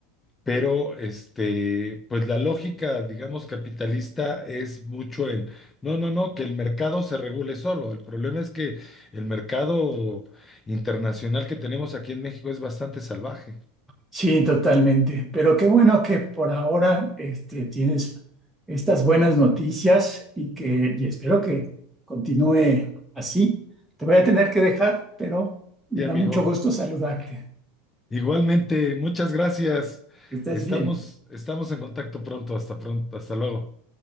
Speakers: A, on the left; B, in the centre.
A: pero este, pues la lógica, digamos, capitalista es mucho en, no, no, no, que el mercado se regule solo. El problema es que el mercado internacional que tenemos aquí en México es bastante salvaje.
B: Sí, totalmente. Pero qué bueno que por ahora este, tienes estas buenas noticias y que y espero que continúe así. Te voy a tener que dejar, pero me
A: Sí,
B: da
A: amigo.
B: mucho gusto saludarte.
A: Igualmente, muchas gracias.
B: Que estés
A: Estamos,
B: bien.
A: estamos en contacto pronto. Hasta pronto. Hasta luego.